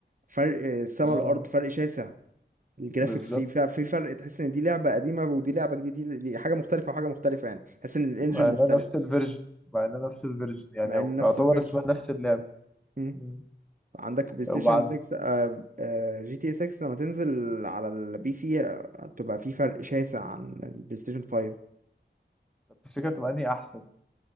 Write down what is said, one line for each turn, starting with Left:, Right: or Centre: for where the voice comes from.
Right: فرق آه، السما
Centre: اه
Right: والارض فرق شاسع الجرافيك
Centre: بالظبط
Right: في في في فرق تحس ان دي لعبه قديمه ودي لعبه جديده دي دي حاجه مختلفه وحاجه مختلفه يعني تحس ان الانجن
Centre: مع
Right: مختلف
Centre: انها نفس الفيرجن مع انها نفس الفيرجن يعني
Right: مع
Centre: او
Right: ان نفس
Centre: يعتبر
Right: الفيرجن
Centre: اسمها نفس اللعب
Right: مم.
Centre: مم.
Right: عندك بلاي ستيشن
Centre: وبعد
Right: 6 آه، آه، جي تي اي 6 لما تنزل على البي سي آه، هتبقى في فرق شاسع عن البلاي ستيشن 5
Centre: طب تفتكر تبقى انهي احسن